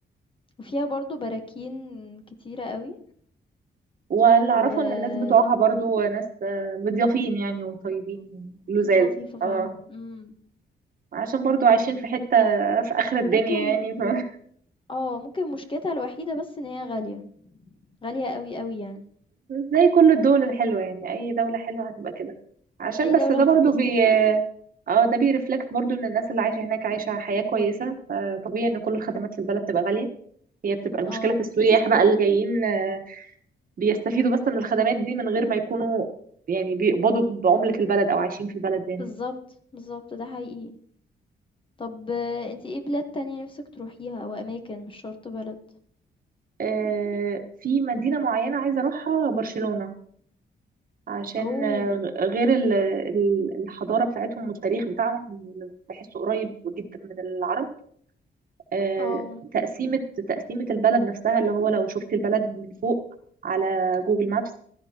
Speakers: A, on the left; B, on the right.
A: وفيها برضو براكين كتيرة قوي
B: واللي اعرفه
A: ولطيفة
B: ان الناس بتوعها برضو ناس آه، مضيافين يعني وطيبين لزاز
A: ناس لطيفة فعلا
B: اه
A: امم
B: عشان برضو عايشين في حتة في اخر الدنيا
A: ممكن
B: يعني <laughs>
A: اه ممكن مشكلتها الوحيدة بس ان هي غالية غالية قوي قوي يعني
B: زي كل الدول الحلوة يعني أي دولة حلوة هتبقى كده عشان
A: اي
B: بس
A: دولة
B: ده
A: هتتبسطي
B: برضو بي
A: فيها
B: اه ده بيرفلكت برضو ان الناس اللي عايشة هناك عايشة حياة كويسة فطبيعي ان كل الخدمات في البلد تبقى غالية هي بتبقى المشكلة
A: اه
B: في السياح بقى اللي جايين آه، بيستفيدوا بس من الخدمات دي من غير ما يكونوا يعني بيقبضوا بعملة البلد او عايشين في البلد يعني
A: بالظبط بالظبط ده حقيقي طب آه، انتي ايه بلاد تانية نفسك تروحيها او اماكن مش شرط بلد
B: آه، في مدينة معينة عايزة اروحها برشلونة عشان
A: اوه
B: آه، غير ال- ال- الحضارة بتاعتهم والتاريخ بتاعهم بحسه قريب جدا من العرب آه،
A: اه
B: تقسيمة تقسيمة البلد نفسها اللي هو لو شفت البلد من فوق على جوجل مابس